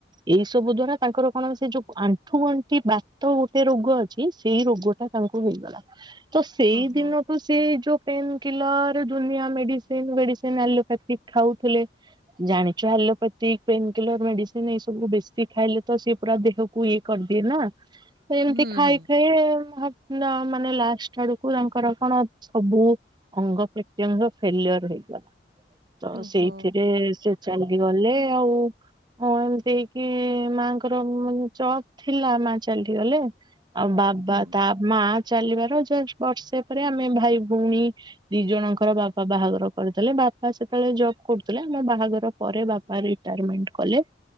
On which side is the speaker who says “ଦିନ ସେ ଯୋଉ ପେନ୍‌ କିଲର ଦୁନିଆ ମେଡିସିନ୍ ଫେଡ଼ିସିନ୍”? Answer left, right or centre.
Right